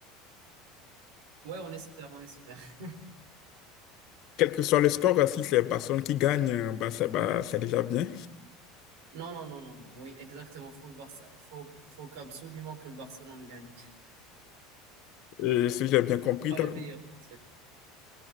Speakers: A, on the right; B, on the left.
A: ouais, on espère, on espère. <laughs>
B: Quel que soit le score, si c'est personne qui gagne, euh, bah, c'est bah, c'est déjà bien.
A: Non, non, non, non, non. Oui, exactement. Faut le Barça, faut, faut qu'absolument que le Barcelone gagne.
B: Et si j'ai bien compris,
A: Pas
B: toi,
A: le meilleur dans ce cas.